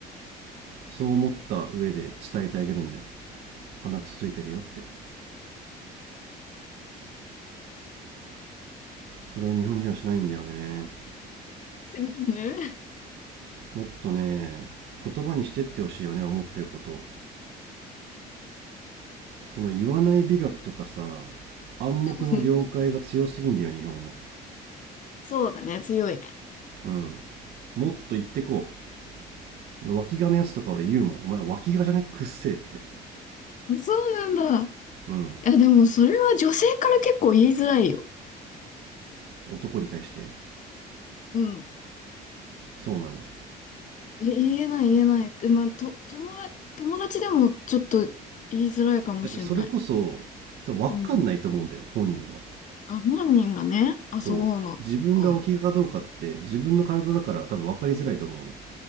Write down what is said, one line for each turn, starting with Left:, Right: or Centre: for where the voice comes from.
Right: そう思った上で伝えてあげるんだよ。鼻くそついてるよって。それを日本人はしないんだよね。
Left: すみませんね。
Right: もっとね、言葉にしてってほしいよね、思ってること。その言わない美学とかさ、暗黙の了解が強すぎんだよ、
Left: うん
Right: 日本は。
Left: そうだね、強いね。
Right: うん。もっと言ってこう脇がのやつとか俺言うもん。お前脇がじゃねくっせえって。
Left: うん、そうなんだ。い
Right: うん。
Left: や、でもそれは女性から結構言いづらいよ。
Right: 男に対して。
Left: うん。
Right: そうなんや
Left: え、言えない言えないって、まあ、と、友達、友達でもちょっと言いづらいかもしれない。
Right: だってそれこそ、多分分かんないと思うんだよ、
Left: うん。
Right: 本人は。
Left: あ、本人がね。あ、
Right: そう。
Left: そうな、
Right: 自分が脇がかどうかって自分の体だから多分分かりづらいと思うのよ。
Left: そっか。